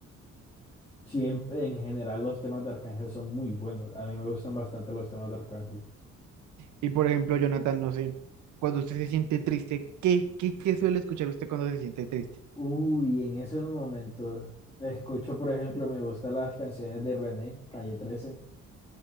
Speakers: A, on the left; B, on the right.
A: Siempre, en general, los temas de Arcángel son muy buenos. A mí me gustan bastante los temas de Arcángel.
B: Y por ejemplo, Jonathan, no sé, cuando usted se siente triste, ¿qué, qué, qué suele escuchar usted cuando se siente triste?
A: Uy, en esos momentos escucho, por ejemplo, me gustan las canciones de René, Calle trece